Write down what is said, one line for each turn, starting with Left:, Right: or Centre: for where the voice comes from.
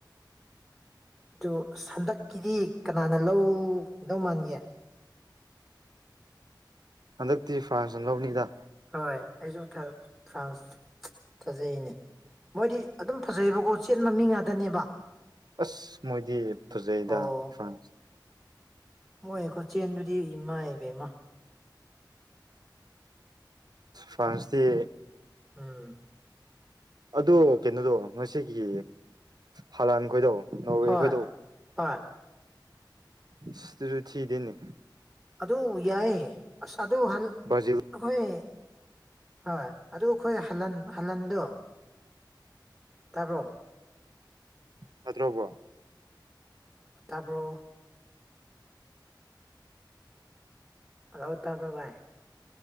Centre: ꯑꯗꯨ ꯍꯟꯗꯛꯀꯤꯗꯤ ꯀꯅꯥꯅ ꯂꯧꯗꯧ ꯃꯥꯟꯒꯦ
Right: ꯍꯟꯗꯛꯇꯤ ꯐ꯭ꯔꯥꯟꯁꯅ ꯅꯣꯞꯅꯤꯗ
Centre: ꯍꯣꯏ ꯑꯩꯁꯨ ꯐ꯭ꯔꯥꯟꯁ ꯊꯥꯖꯩꯅꯦ ꯃꯣꯏꯗꯤ ꯑꯗꯨꯝ ꯐꯖꯩꯑꯦꯕꯀꯣ ꯆꯦꯟꯕ ꯃꯤ ꯉꯥꯛꯇꯅꯦꯕ
Right: ꯑꯁ ꯃꯣꯏꯗꯤ ꯐꯖꯩꯗ
Centre: ꯑꯣ
Right: ꯐ꯭ꯔꯥꯟꯁ
Centre: ꯃꯣꯏ ꯈꯨꯆꯦꯟꯗꯨꯗꯤ ꯏꯃꯥꯏꯄꯦꯝꯃ
Right: ꯐꯥꯟꯁꯇꯤ
Centre: ꯎꯝ
Right: ꯑꯗꯣ ꯀꯩꯅꯣꯗꯣ ꯉꯁꯤꯒꯤ ꯍꯂꯥꯟ ꯈꯣꯏꯗꯣ ꯉꯣꯔꯋꯦꯈꯣꯏꯗꯣ
Centre: ꯍꯣꯏ ꯍꯣꯏ
Right: ꯑꯁ ꯗꯨꯁꯨ ꯊꯤꯗꯦꯅꯦ
Centre: ꯑꯗꯨ ꯌꯥꯏ ꯑꯁ ꯑꯗꯣ ꯍꯟ
Right: ꯕ꯭ꯔꯥꯖꯤꯜ
Centre: ꯑꯩꯈꯣꯏ ꯍꯣꯏ ꯑꯗꯨ ꯑꯈꯣꯏ ꯍꯜꯂꯟ ꯍꯜꯂꯟꯗꯣ ꯇꯥꯕ꯭ꯔꯣ
Right: ꯅꯠꯇ꯭ꯔꯣ ꯕꯔꯣ
Centre: ꯇꯥꯕꯔꯣ <unintelligible> ꯇꯕ꯭ꯔꯣ ꯚꯥꯏ